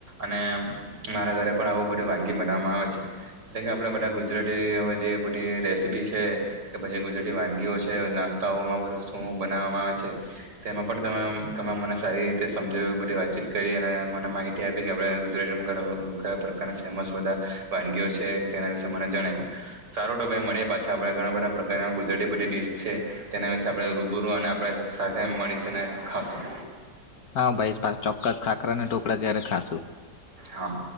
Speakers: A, on the right; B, on the left.
A: અને મારા ઘરે પણ આવું બધું વાનગી બનાવવામાં આવે છે. એટલે કે આપણે બધા ગુજરાતી હવે જે બધી રેસીપી છે કે પછી ગુજરાતી વાનગીઓ છે, નાસ્તાઓમાં બધું શું બનાવવામાં આવે છે તેમાં પણ તમે તમે મને સારી રીતે સમજાવ્યું બધી વાતચીત કરી અને મને માહિતી આપી કે આપણે ગુજરાતીમાં ઘણા કયા પ્રકારના ફેમસ બધા, વાનગીઓ છે. તેના વિશે મને જણાવ્યું સારો ટોપ મળએ પાછા આપ ઘણા બધા પ્રકાર ગુજરાતી બધીડીશ છે તેના વિશે આપણે રૂબરૂ, અને આપણે સાથે મળીશ ખાશું.
B: હા ભાઈ ચોક્કસ ખાકરા અને ઢોકળા જ્યારે ખાશું.
A: હા